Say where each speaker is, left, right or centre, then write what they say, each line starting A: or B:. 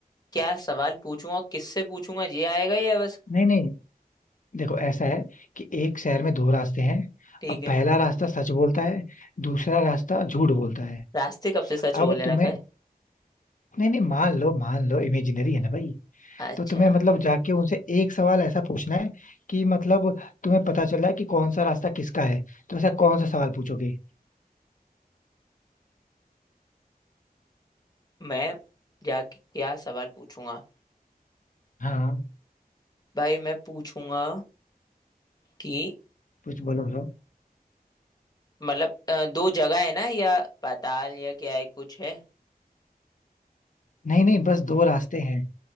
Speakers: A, on the left (about 25°); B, on the left (about 55°).
A: क्या सवाल पूछूंगा और किससे पूछूंगा ये आएगा या बस
B: नहीं नहीं देखो ऐसा है कि एक शहर में दो रास्ते हैं
A: ठीक
B: अब
A: है
B: पहला रास्ता सच बोलता है दूसरा रास्ता झूठ बोलता है
A: रास्ते कब से सच बोलने
B: अब तुम्हें
A: लग गए
B: नहीं नहीं मान लो मान लो इमेजिनरी है ना भाई
A: अच्छा
B: तो तुम्हें मतलब जाके उनसे एक सवाल ऐसा पूछना है कि मतलब तुम्हें पता चला है कि कौन सा रास्ता किसका है तो ऐसा कौन सा सवाल पूछोगे
A: मैं जाके क्या सवाल पूछूंगा
B: हाँ
A: भाई मैं पूछूंगा कि
B: कुछ बोलो बोलो
A: मतलब अ, दो जगह है ना या पाताल या क्या है कुछ है
B: नहीं नहीं बस दो रास्ते हैं